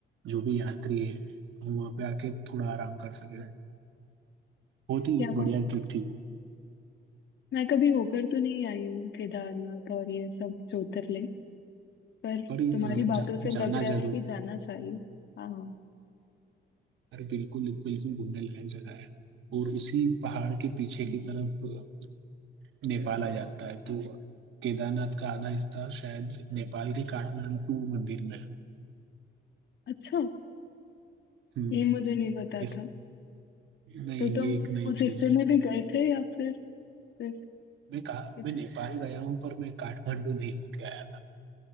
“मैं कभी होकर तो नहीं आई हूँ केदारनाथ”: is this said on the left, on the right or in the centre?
Left